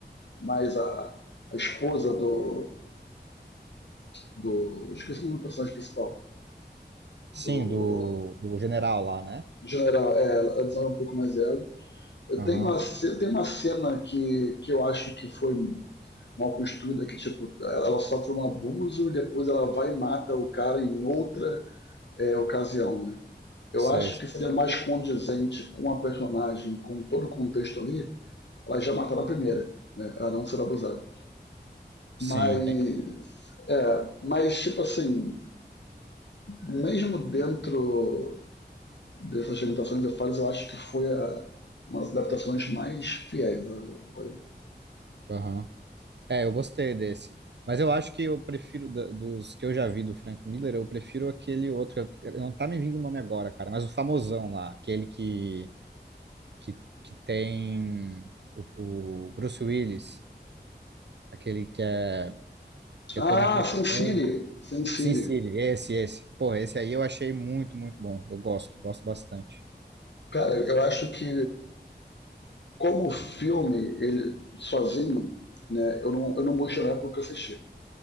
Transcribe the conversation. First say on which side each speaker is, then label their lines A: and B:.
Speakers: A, on the left; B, on the right.
A: mais a, a esposa do, do. Esqueci o nome do personagem principal,
B: Sim,
A: do,
B: do, do general lá, né?
A: do general, é, ela desenvolve um pouco mais ela.
B: Aham,
A: Tem uma, ce- tem uma cena que, que eu acho que foi mal construída que tipo ela sofre um abuso e depois ela vai e mata o cara em outra é, ocasião, né? Eu
B: Sei.
A: acho que seria mais condizente com a personagem, com todo o contexto ali, ela já matar na primeira, né? Ela não ser abusada.
B: Sim,
A: Mas
B: tem.
A: é, mas tipo assim, mesmo dentro dessas limitações e falhas, eu acho que foi a, uma das adaptações mais fiéis da coisa.
B: Aham. É, eu gostei desse. Mas eu acho que eu prefiro, da- dos que eu já vi do Frank Miller, eu prefiro aquele outro. eu- eu- Não tá me vindo o nome agora, cara, mas o famosão lá, aquele que, que, que tem o, o Bruce Willis, aquele que é, que
A: Ah,
B: é todo em preto.
A: Sin
B: e
A: City,
B: branco.
A: Sin City.
B: Sin City, esse, esse. Porra, esse aí eu achei muito, muito bom. Eu gosto, gosto bastante.
A: Cara, eu acho que Como filme, ele sozinho, né, eu não, eu não gostei na época que eu assisti.